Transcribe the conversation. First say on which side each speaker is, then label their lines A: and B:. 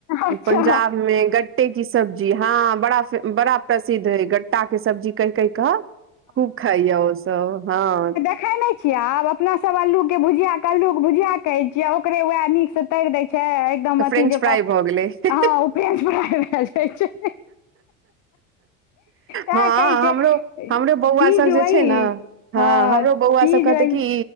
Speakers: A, on the left (about 50°); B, on the right (about 30°).
A: अच्छा
B: पंजाब में गट्टे की सब्जी हँ बड़ा स बड़ा प्रसि प्रसिद्ध होइ गट्टा क सब्जी कहि कहि कऽ खूब खाइये ओ सब हँ।
A: खाइ नै छियै आब अपना सब अल्लू के भुजिया क अल्लू क भुजिया कहै छियै ओकरे वेएह नीक सँ तरि दै छै एकदम
B: तऽ फ्रेंच
A: अथी जकां
B: फ्राई भऽ गेलै
A: हँ ओ फेंच फराइ भेए जाइ छै। तैं
B: हँअ
A: कहै छै
B: हमरो- हमरो बौ बौवा
A: चीज
B: सब जे
A: वही
B: छै नऽ ह
A: हँ
B: हमरो बौवा
A: चीज
B: सब कहतै
A: वही
B: की,